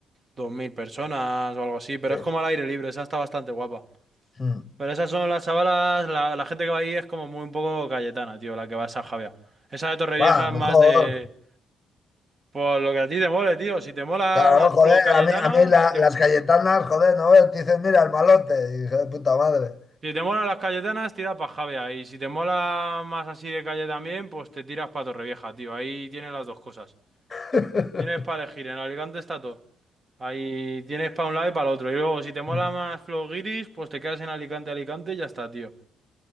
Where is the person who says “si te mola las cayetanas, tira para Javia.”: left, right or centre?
Right